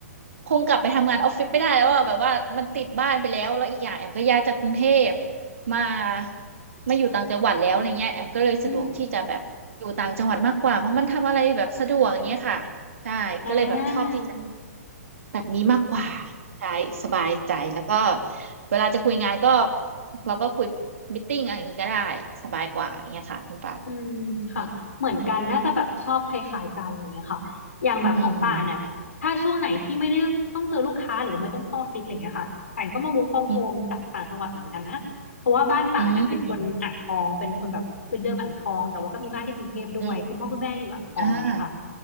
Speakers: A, on the right; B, on the left.
A: คงกลับไปทำงานออฟฟิศไม่ได้แล้วอะแบบว่ามันติดบ้านไปแล้วแล้วอีกอย่างแอมก็ย้ายจากกรุงเทพมามาอยู่ต่างจังหวัดแล้วอะไรเงี้ยแอมก็เลยสะดวกที่จะแบบอยู่ต่างจังหวัดมากกว่าเพราะมันทำอะไรแบบสะดวกอย่างเงี้ยค่ะใช่ก็เลยแบบชอบที่จะ
B: อืมอ่า
A: แบบนี้มากกว่า
B: อืม
A: ใช่สบายใจแล้วก็เวลาจะคุยงานก็เราก็คุยมิทติ้งอะไรอย่างนี้ก็ได้สบายกว่าอย่างเงี้ยค่ะคุณปาน
B: อืมค่ะเหมือนกันน่าจะแบบชอบคล้ายๆกันอะไรอย่างเงี้ยค่ะอย่างแบบของป่านเนี่ยถ้าช่วงไหนที่ไม่ได้ต้องเจอลูกค้าหรือว่าไม่ต้องเข้าออฟฟิศอะไรอย่างเงี้ยค่ะป่านก็มา
A: อืมอืม
B: work from
A: อืม
B: home จากต่างจังหวัดเหมือนกันนะเพราะว่าบ้านป่านน่ะเป็นคนอ่างทองเป็นคนแบบคืนเดิมอ่างทองแต่ว่าก็มีบ้านที่กรุงเทพด้วยคุณพ่อคุณแม่อยู่อ่างทองเนี่ยค่ะ
A: อืมอืมอ่า